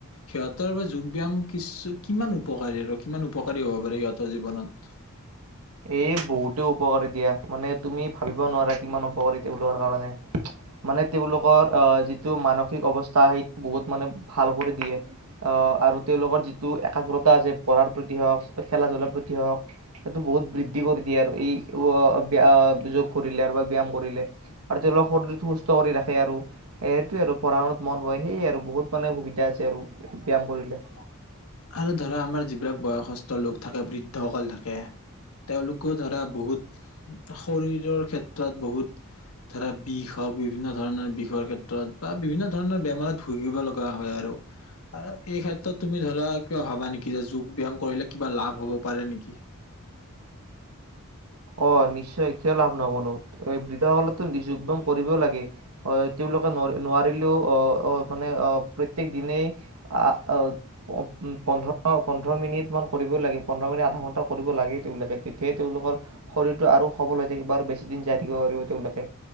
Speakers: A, on the left; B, on the right.
A: সিহঁতৰ বা যোগ ব্যায়াম কিছু কিমান উপকাৰী আৰু কিমান উপকাৰী হ'ব পাৰে সিহঁতৰ জীৱনত।
B: এই বহুতে উপকাৰী দিয়া মানে তুমি ভাবিব নোৱাৰা কিমান উপকাৰী তেওঁলোকৰ কাৰণে মানে তেওঁলোকৰ আহ যিটো মানসিক অৱস্থা সেইটো বহুত মানে ভাল কৰি দিয়ে আহ আৰু তেওঁলোকৰ যিটো একাগ্ৰতা আছে পঢ়াৰ প্ৰতি হওক খেলা ধলাৰ প্ৰতি হওক সেইটো বহুত বৃদ্ধি কৰি দিয়ে আৰু এই অ'- ব্য- যোগ কৰিলে আৰু বা ব্যায়াম কৰিলে। আৰু তেওঁলোকৰ শৰীৰটো সুস্থ কৰি ৰাখে আৰু। এইটোৱে আৰু পঢ়া-শুনাত মন বহে। সেয়ে আৰু বহুত মানে সুবিধা আছে আৰু ব্যাম কৰিলে।
A: আৰু ধৰা আমাৰ যিবিলাক বয়সস্থ লোক থাকে, বৃদ্ধসকল থাকে, তেওঁলোকো ধৰা বহুত শৰীৰৰ ক্ষেত্ৰত বহুত ধৰা, বিষ হয়, বিভিন্নধৰণৰ বিষৰ ক্ষেত্ৰত বা বিভিন্নধৰণৰ বেমাৰত ভূগিব লগা হয় আৰু আ- এই ক্ষেত্ৰত তুমি ধৰা কিয় ভাবা নেকি যে যোগ-ব্যায়াম কৰিলে কিবা লাভ হব পাৰে নেকি?
B: অ' নিশ্চয়, কিয় লাভ নহবনো? বৃদ্ধাসকলেতো যোগ-ব্যায়াম কৰিব লাগে। অ' তেওঁলোকে নোৱাৰি- নোৱাৰিলেও অ'- অ' মানে অ' প্ৰত্যেক দিনে আ- অ'- উম পোন্ধৰ- পোন্ধৰ মিনিট মান কৰিবই লাগে। পোন্ধৰ মিনিট- আধা ঘন্টা কৰিব লাগে তেওঁলোকে। তেতিয়াই তেওঁলোকৰ শৰীৰতটো আৰু সবল হৈ থাকিব আৰু বেছিদিন জীয়াই থাকিব পাৰিব তেওঁলোকে।